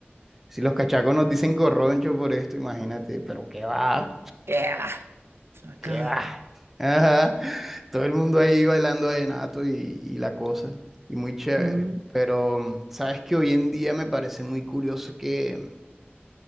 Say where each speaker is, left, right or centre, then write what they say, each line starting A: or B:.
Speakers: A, in the centre; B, on the right.
A: si los cachacos nos dicen corroncho por esto, imagínate, pero qué va,
B: Yeah. Acá.
A: ¿Qué va? Ajá. Todo el mundo ahí bailando vallenato y, y la cosa. Y muy chévere.
B: Mm,
A: Pero mm, sabes que hoy en día me parece muy curioso que, mm,